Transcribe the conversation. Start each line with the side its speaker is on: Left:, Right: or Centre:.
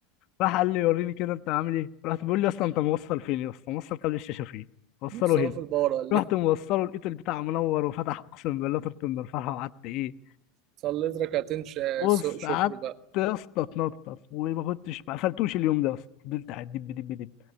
Left: راح قال لي وريني كده انت عامل ايه رحت بيقول لي يا اسطى انت موصل فين يا اسطى موصل قبل الشاشه فين وصله
Right: صلاف
Left: هنا
Right: البورة ولا
Left: رحت
Right: ايه
Left: موصله لقيت البتاع منور وفتح اقسم بالله طرت من الفرحه وقعدت ايه
Right: صليت ركعتين ش-
Left: بص
Right: سوق شكر
Left: قعدت
Right: بقى
Left: يا اسطى اتنطط وما كنتش ما قفلتوش اليوم ده يا اسطى فضلت قاعد دب دب دب